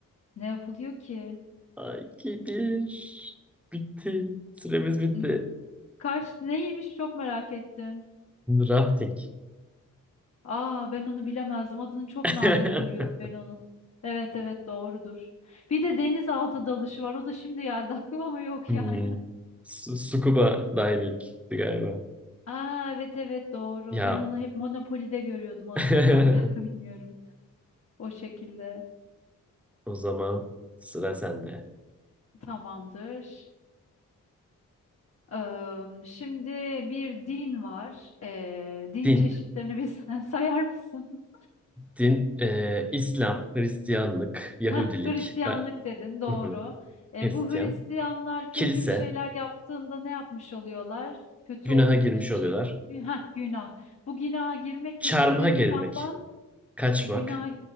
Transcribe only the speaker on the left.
Ne yapılıyor ki?
N- Kaç neymiş çok merak ettim.
Aa ben onu bilemezdim. Adını çok
nadir duyuyorum ben onun. Evet evet doğrudur. Bir de denizaltı dalışı var. O da şimdi geldi <laughs> aklıma ama yok
yani.
<laughs> Aa evet evet doğru.
Ben onu hep Monopoly'de görüyordum adını
ne alaka bilmiyorum. O şekilde.
Tamamdır. Eee, şimdi bir din var. Eee, din
çeşitlerini bir <laughs> sayar mısın?
Heh, Hristiyanlık
dedin, doğru.
E,
bu Hristiyanlar kötü
bir şeyler yaptığında ne yapmış oluyorlar? Kötü
ol- kötü
bir
şey. Heh, günah. Bu günaha girmek
gibi bir de günahtan
e, günah